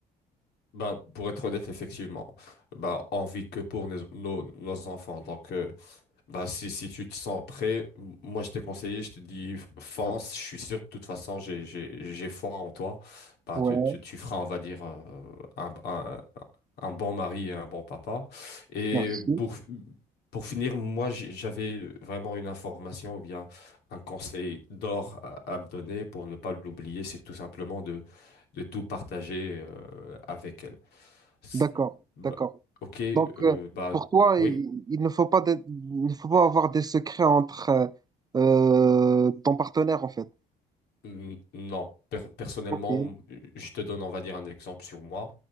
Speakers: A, on the left; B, on the right.
A: Bah, pour être honnête, effectivement, bah, on vit que pour nos, nos, nos enfants. Donc, euh, Bah, si, si tu te sens prêt, m- moi je t'ai conseillé, je te dis fonce, je suis sûr, de toute façon j'ai j'ai- j'ai foi en toi. Bah,
B: Ouais,
A: tu, tu, tu feras, on va dire, euh, un, un, un bon mari et un bon papa. Et
B: merci.
A: pour, pour finir, moi j'ai- j'avais vraiment une information ou bien un conseil d'or à, à te donner pour ne pas l'oublier, c'est tout simplement de, de tout partager euh, avec elle. C'est-
B: D'accord,
A: bah,
B: d'accord.
A: ok, euh,
B: Donc, euh,
A: bah
B: pour toi,
A: oui.
B: il, il ne faut pas de- il ne faut pas avoir des secrets entre euh, euh, ton partenaire, en fait.
A: N- Non, Per- personnellement,
B: Ok,
A: je te donne, on va dire, un exemple sur moi.